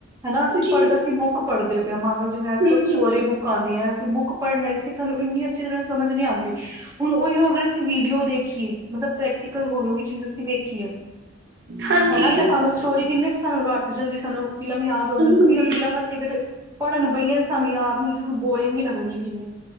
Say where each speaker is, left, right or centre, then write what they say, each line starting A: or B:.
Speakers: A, on the right; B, on the right.
A: ਹਨਾ ਅਸੀਂ
B: ਜੀ
A: ਪੜ੍ਹਦਾ ਅਸੀਂ ਬੁੱਕ ਪੜ੍ਹਦੇ ਪਿਆ ਮੰਨ ਲਓ, ਜਿਵੇਂ ਅੱਜ-ਕੱਲ
B: ਹੂੰ
A: ਸਟੋਰੀ
B: ਹੂੰ
A: ਬੁਕ ਆਂਦੀਆਂ ਅਸੀਂ ਬੁੱਕ ਪੜਦੇ ਲੇਕਿਨ ਸਾਨੂੰ ਇੰਨੀ ਅੱਛੀ ਤਰ੍ਹਾਂ ਸਮਝ ਨੀ ਆਂਦੀ। ਹੁਣ ਉਹੀ ਹੋ ਗਿਆ ਅਸੀਂ ਵੀਡੀਓ ਦੇਖੀਏ ਮਤਲਬ ਪ੍ਰੈਕਟੀਕਲ ਹੋਈ-ਹੋਈ ਚੀਜ ਅਸੀਂ ਵੇਖੀਏ।
B: ਹਾਂਜੀ
A: ਹਨਾ
B: ਹੂੰ
A: ਤੇ ਸਾਨੂੰ ਸਟੋਰੀ ਕਿੰਨੇ ਚ ਸਾਨ ਰੱਟ ਜਾਂਦੀ ਸਾਨੂੰ ਫਿਲਮ ਯਾਦ ਹੋ ਜਾਂਦੀ
B: ਹੂੰ
A: ਵੀ ਉਹ ਫਿਲਮ ਅਸੀਂ ਅਗਰ, ਪੜ੍ਹਨ ਬਈਏ ਤੇ ਸਾਨੂੰ ਯਾਦ ਨੀ ਸਾਨੂੰ ਬੋਰਿੰਗ ਹੀ ਲੱਗਦੀ ਕਿੰਨੀ